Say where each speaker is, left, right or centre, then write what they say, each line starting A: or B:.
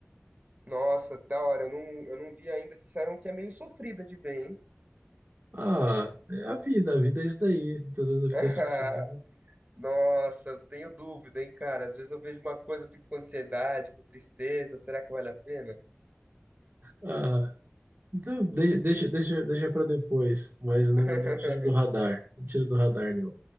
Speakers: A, on the right; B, on the right.
A: Nossa, da hora. Eu não, eu não vi ainda. Disseram que é meio sofrida de ver, hein?
B: Ah, é a vida, a vida é isso daí. Muitas vezes a vida
A: <laughs>
B: é sofrida.
A: Nossa, eu tenho dúvida, hein, cara. Às vezes eu vejo uma coisa, eu fico com ansiedade, com tristeza. Será que vale a pena?
B: Ah, então deixa, deixa, deixa, deixa para depois, mas não,
A: <laughs>
B: não tira do radar. Não tira do radar, não.